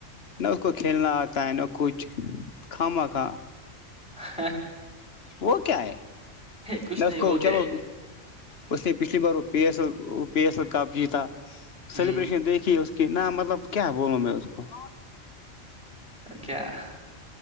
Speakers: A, on the left; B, in the centre.
A: نہ اس کو کھیلنا آتا ہے نہ کچھ کھم آاکا
B: ہاں
A: وہ کیا
B: کچھ
A: ہےس
B: نہیں
A: کو
B: وہ کیا
A: چلو اس نے پچھلی بار وہ P S L P S L cup جیتا <unintelligible>
B: ہ
A: سیلیبریشن دیکھی <unintelligible> کہ نہ مطلب کیا ہے بولوں میں اس کو <unintelligible>
B: ا کیا <unintelligible>